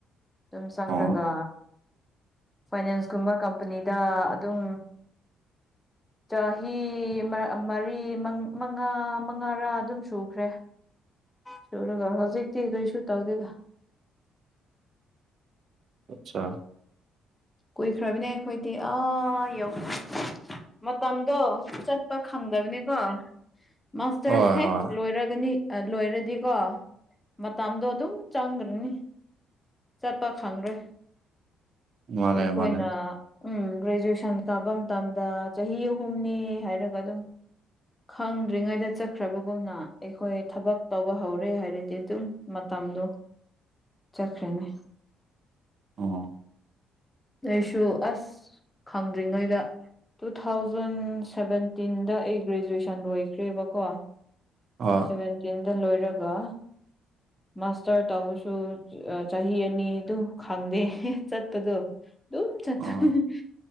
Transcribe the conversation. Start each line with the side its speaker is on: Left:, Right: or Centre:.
Left: ꯑꯗꯨꯝ ꯆꯪꯔꯒ
Right: ꯑꯣ
Left: ꯐꯥꯏꯅꯥꯟꯁꯀꯨꯝꯕ ꯀꯝꯄꯅꯤꯗ ꯑꯗꯨꯝ
Right: <inaudible>
Left: ꯆꯍꯤ ꯃꯥ ꯃꯔꯤ ꯃꯉꯥ ꯃꯉꯥꯔꯥ ꯑꯗꯨꯝ ꯁꯨꯈ꯭ꯔꯦ ꯁꯨꯔꯒ ꯍꯧꯖꯤꯛꯇꯤ ꯀꯔꯤꯁꯨ ꯇꯧꯗꯦꯗ
Right: ꯑꯠꯁꯥ
Left: ꯀꯨꯏꯈ꯭ꯔꯕꯤꯅꯦ ꯑꯩꯈꯣꯏꯗꯤ ꯑꯥ ꯌꯧꯈ꯭ꯔꯦ ꯃꯇꯝꯗꯣ ꯆꯠꯄ ꯈꯪꯗꯕꯅꯤꯀꯣ ꯃꯁꯇꯔ
Right: ꯍꯣꯏ
Left: ꯍꯦꯛ
Right: ꯍꯣꯏ
Left: ꯂꯣꯏꯔꯒꯅꯤ ꯑꯥ ꯂꯣꯏꯔꯗꯤꯀꯣ ꯃꯇꯝꯗꯣ ꯑꯗꯨꯝ ꯆꯪꯒ꯭ꯔꯅꯤ ꯆꯠꯄ ꯈꯪꯂꯣꯏ
Right: ꯃꯥꯅꯦ
Left: ꯑꯩꯈꯣꯏꯅ
Right: ꯃꯥꯅꯦ
Left: ꯎꯝ ꯒ꯭ꯔꯦꯖꯨꯑꯦꯁꯟ ꯀꯥꯕ ꯃꯇꯝꯗ ꯆꯍꯤ ꯑꯍꯨꯝꯅꯤ ꯍꯥꯏꯔꯒ ꯑꯗꯨꯝ ꯈꯪꯗ꯭ꯔꯤꯉꯩꯗ ꯆꯠꯈ꯭ꯔꯕꯒꯨꯝꯅ ꯑꯩꯈꯣꯏ ꯊꯕꯛ ꯇꯧꯕ ꯍꯧꯔꯦ ꯍꯥꯏꯔꯗꯤ ꯑꯗꯨꯝ ꯃꯇꯝꯗꯣ
Right: <inaudible>
Left: ꯆꯠꯈ꯭ꯔꯅꯤ
Right: ꯑꯣ
Left: ꯑꯩꯁꯨ ꯑꯁ ꯈꯪꯗ꯭ꯔꯤꯉꯩꯗ ꯇꯨ ꯊꯥꯎꯖꯟ ꯁꯕꯦꯟꯇꯤꯟꯗ ꯑꯩ ꯒ꯭ꯔꯦꯖꯨꯑꯦꯁꯟ ꯂꯣꯏꯈ꯭ꯔꯦꯕꯀꯣ
Right: ꯍꯣꯏ
Left: ꯁꯚꯦꯟꯇꯤꯟꯗ ꯂꯣꯏꯔꯒ ꯃꯁꯇꯔ ꯇꯧꯕꯁꯨ ꯆꯍꯤ ꯑꯅꯤꯗꯨ ꯈꯪꯗꯦ ꯆꯠꯄꯗꯣ ꯑꯗꯨꯝ ꯆꯠꯇꯣꯏꯅꯤ
Right: ꯑ